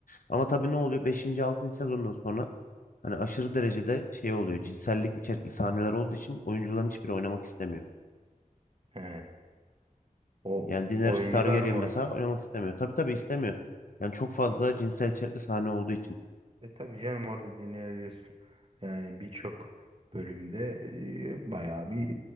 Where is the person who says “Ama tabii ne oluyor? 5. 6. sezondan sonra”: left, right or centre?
Left